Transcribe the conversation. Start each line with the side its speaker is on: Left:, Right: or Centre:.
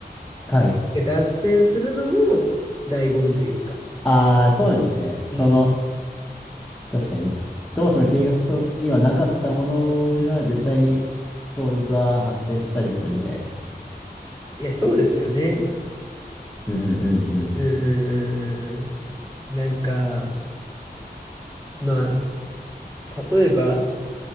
Centre: はい。
Right: 脱線するのも醍醐味というか。
Centre: ああ、そうですね。
Right: うん。
Centre: その、確かに、当初の計画とにはなかったものが、
Right: うんうんうん
Centre: 絶対に当日は発生したりするんで。
Right: いや、そうですよね。
Centre: うんうんうん。
Right: うんうんうんうんうん。なんか、まあ、例えば、